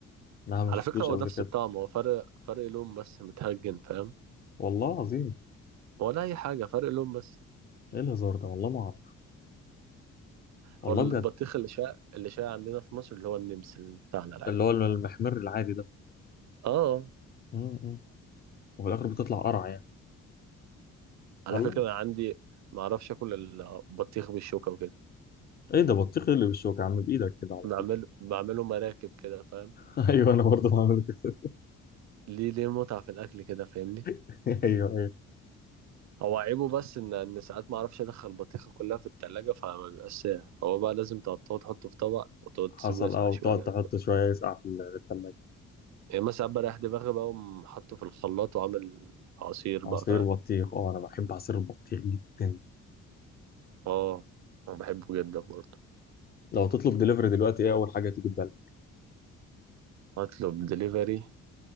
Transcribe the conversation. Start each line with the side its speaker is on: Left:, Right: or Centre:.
Left: لا ما
Right: على
Left: شفتوش
Right: فكرة هو
Left: قبل
Right: نفس
Left: كده
Right: الطعم هو فرق فرق لون بس متهجن فاهم
Left: والله العظيم
Right: ولا أي حاجة فرق لون بس
Left: ايه الهزار ده والله ما اعرف والله
Right: هو البطيخ
Left: بجد
Right: اللي شاع اللي شاع عندنا في مصر اللي هو النمسل بتاعنا العادي
Left: اللي هو المحمر العادي ده
Right: اه
Left: م- م. وفي الاخر بتطلع قرع يعني
Right: على
Left: والله
Right: فكرة أنا عندي ما اعرفش اكل البطيخ بالشوكة وكده
Left: ايه ده بطيخ إيه اللي بالشوكه يا عم بايدك كده على
Right: بعمل
Left: طول
Right: بعمله مراكب كده فاهم
Left: <laughs> ايوه انا برضه بعمل كده
Right: ليه ليه متعة في الاكل كده فاهمني
Left: <laughs> ايوه
Right: هو عيبه بس ان ان ساعات ما اعرفش ادخل البطيخة كلها في التلاجة فما بيبقاش ساقع فهو بقى لازم تقطعه تحطه في طبق وتقعد تسيبه
Left: حصل
Right: يسقع
Left: اه وتقعد
Right: شوية
Left: تحط شوية يسقع في ال- في التلاجة
Right: يعني مثلا ساعات بريح دماغي بقى وأقوم حاطه في الخلاط وعامل عصير
Left: عصير
Right: بقى فاهم
Left: بطيخ اه أنا بحب عصير البطيخ جدا
Right: اه انا بحبه جدا برضه
Left: لو تطلب دليفري دلوقتي إيه أول حاجة تيجي في بالك؟
Right: اطلب دليفري